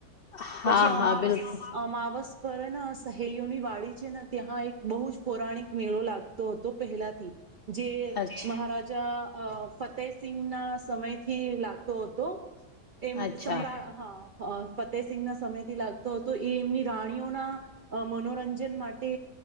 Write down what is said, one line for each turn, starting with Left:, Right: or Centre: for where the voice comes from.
Left: હા
Right: પછી અમાવસ
Left: હા બિલકુલ
Right: અમાવસ પર સહેલીઓની વાડી છે ને ત્યાં એક બહુ જ પૌરાણિક મેળો લાગતો હતો પહેલાથી જે
Left: અચ્છા
Right: મહારાજા ફતેહસિંંગના સમયથી લાગ હતો એમ
Left: અચ્છા
Right: સમ્રા હા ફતેહસિંંગ ના સમય થી લાગતો હતો એ એમની રાણીઓના મનો રંજન માટે